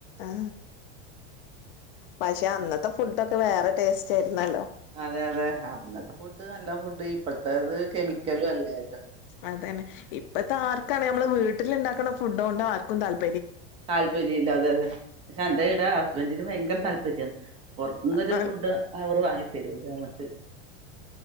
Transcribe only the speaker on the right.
അതെ അതെ അന്നത്തെ ഫുഡ് നല്ല ഫുഡ് ഇപ്പോഴത്തെത് കെമിക്കലും അല്ലേ
താല്പര്യം ഇല്ല അതെന്നേ അതെ പക്ഷെ എന്റെ ഇടെ ഹസ്ബൻറിന് ഭയങ്കര താല്പര്യമാണ് പൊറത്തനൊരു
ഫുഡ് അവർ വാങ്ങി തരൂല അമക്ക്